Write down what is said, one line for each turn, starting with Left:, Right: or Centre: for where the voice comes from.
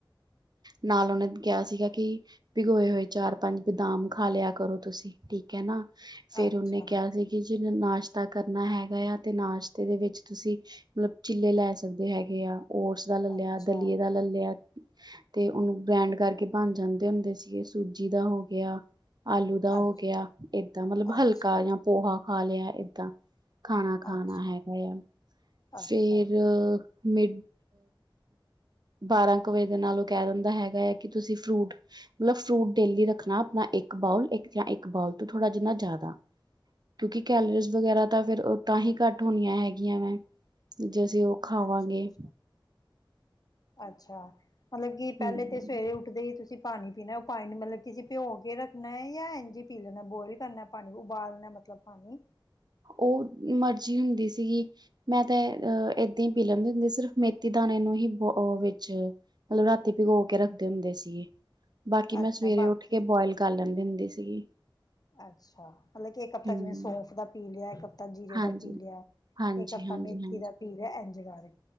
Right: ਨਾਲ ਉਹਨੇ ਕਿਹਾ ਸੀਗਾ ਕੀ ਭਿਗੋਏ ਹੋਏ ਚਾਰ ਪੰਜ ਬਦਾਮ ਖਾ ਲਿਆ ਕਰੋ ਤੁਸੀਂ ਠੀਕ ਹੈ ਨਾ ਫੇਰ
Left: ਅੱਛਾ ਅੱਛਾ
Right: ਉਹਨੇ ਕਿਹਾ ਸੀ ਕਿ ਜਿਵੇਂ ਨਾਸ਼ਤਾ ਕਰਨਾ ਹੈਗਾ ਆ ਤੇ ਨਾਸ਼ਤੇ ਦੇ ਵਿੱਚ ਤੁਸੀਂ ਮਤਲਬ ਚਿੱਲੇ ਲੈ ਸਕਦੇ ਹੈਗੇ ਆ ਓਟਸ ਦਾ ਲਏ ਲਿਆ
Left: ਅੱਛਾ
Right: ਦਲੀਏ ਦਾ ਲਏ ਲਿਆ ਤੇ ਉਹਨੂੰ ਗ੍ਰੈਂਡ ਕਰਕੇ ਬਣ ਜਾਂਦੇ ਹੁੰਦੇ ਸੀਗੇ ਸੂਜੀ ਦਾ ਹੋ ਗਿਆ ਆਲੂ ਦਾ
Left: ਅੱਛਾ,
Right: ਹੋ ਗਿਆ ਏਦਾਂ ਮਤਲਬ
Left: ਅੱਛਾ,
Right: ਹਲਕਾ ਜਾਂ ਪੋਹਾ ਖਾ ਲਿਆ ਏਦਾਂ ਖਾਣਾ ਖਾਣਾ
Left: ਅੱਛਾ, ਅੱਛਾ,
Right: ਹੈਗਾ ਆ
Left: ਅੱਛਾ।
Right: ਫੇਰ ਮਿਡ ਬਾਰਾਂ ਦੇ ਨਾਲ ਉਹ ਕਹਿ ਦਿੰਦਾ ਹੈਗਾ ਹੈ ਕਿ ਤੁਸੀਂ ਫਰੂਟ ਮਤਲਬ ਫਰੂਟ ਡੇਲੀ ਰੱਖਣਾ ਆਪਣਾ ਇੱਕ ਬਾਊਲ ਇੱਕ ਜਾਂ ਇੱਕ ਬਾਊਲ ਤੋਂ ਥੋੜ੍ਹਾ ਜਿਨਾ ਜ਼ਿਆਦਾ ਕਿਉਂਕਿ ਕੈਲਰੀਜ਼ ਵਗੈਰਾ ਤਾਂ ਫਿਰ ਤਾਂ ਹੀ ਘੱਟ ਹੋਣੀਆਂ ਹੈਗੀਆਂ ਵੈਂ ਜੇ ਅਸੀਂ ਉਹ ਖਾਵਾਂਗੇ
Left: ਅੱਛਾ, ਅੱਛਾ, ਅੱਛਾ ਮਤਲਬ ਕਿ ਪਹਿਲੇ
Right: ਹਮ
Left: ਤੇ ਸਵੇਰੇ ਉੱਠਦੇ ਹੀ ਤੁਸੀਂ ਪਾਣੀ ਪੀਣਾ ਉਹ ਪਾਣੀ ਮਤਲਬ ਕਿਸੀ ਭਿਓ ਕੇ ਰੱਖਣਾ ਜਾਂ ਇੰਝੀ ਪੀ ਲੈਣਾ ਬੋਇਲ ਕਰਨਾ ਪਾਣੀ ਉਬਾਲਣਾ ਮਤਲਬ ਪਾਣੀ
Right: ਉਹ ਮਰਜ਼ੀ ਹੁੰਦੀ ਸੀਗੀ ਮੈਂ ਤਾਂ ਅਹ ਏਦਾਂ ਹੀ ਪੀ ਲੈਂਦੀ ਹੁੰਦੀ ਸਿਰਫ ਮੇਥੀ ਦਾਣੇ ਨੂੰ ਹੀ ਬ ਵਿੱਚ ਮਤਲਬ ਰਾਤੀ ਭਿਗੋ ਕੇ ਰੱਖਦੇ ਹੁੰਦੇ ਸੀਗੇ ਬਾਕੀ ਮੈਂ
Left: ਅੱਛਾ
Right: ਸਵੇਰੇ
Left: ਬਾਕੀ
Right: ਉੱਠ ਕੇ ਬੋਇਲ ਕਰ ਲੈਂਦੀ ਹੁੰਦੀ ਸੀ ਸੀ
Left: ਅੱਛਾ ਮਤਲਬ ਕਿ ਇੱਕ ਹਫ਼ਤਾ
Right: ਹਮ
Left: ਜਿਵੇਂ ਸੌਂਫ ਦਾ ਪੀ ਲਿਆ ਇੱਕ ਹਫ ਤਾਂ ਜੀਰੇ
Right: ਹਾਂਜੀ
Left: ਦਾ ਪੀ ਲਿਆ
Right: ਹਾਂਜੀ
Left: ਇੱਕ ਕਰਤਾ
Right: ਹਾਂਜੀ
Left: ਮੇਥੀ
Right: ਹਾਂਜੀ
Left: ਦਾ ਪੀ ਲਿਆ ਇੰਜ ਕਰ